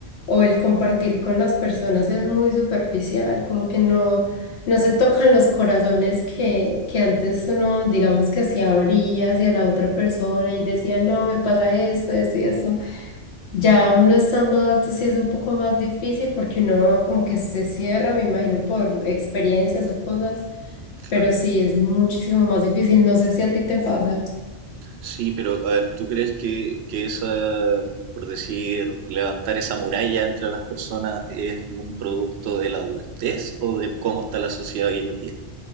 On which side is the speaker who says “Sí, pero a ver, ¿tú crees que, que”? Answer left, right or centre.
Right